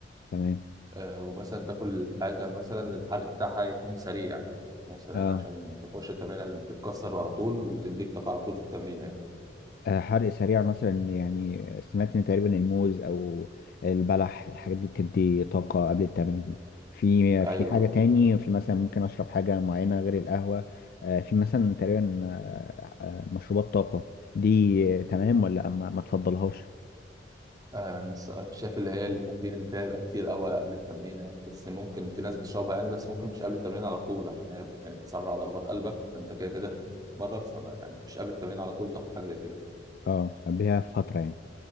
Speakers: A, on the left; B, on the right.
A: تمام
B: آه، ومثلا تاكل حاجة مثلا الحرق بتاعها يكون سريع مثلا
A: اه
B: عشان تخش التمرينة اللي بتتكسر على طول وتديك طاقة على طول في التمرينة يعني
A: آه، حرق سريع مثلا يعني سمعت ان تقريبا الموز او البلح الحاجات دي بتدي طاقة قبل التمرين في
B: أيوة
A: في حاجة تاني في مثلا ممكن اشرب حاجة معينة غير القهوة آه، في مثلا تقريبا آه، آه، مشروبات طاقة دي آه، تمام ولا ما ما تفضلهاش
B: آه، أنا الصراحة شايف اللي هي الكافيين اللي فيها بيبقى كتير قوي قبل التمرين يعني بس ممكن في ناس بتشربها يعني بس ممكن مش قبل التمرين على طول عشان هي يعني بتسرع ضربات قلبك فأنت كده كده داخل تتمرن فما يعني مش قبل التمرين على طول تاخد حاجة زي كده
A: اه قبلها فترة يعني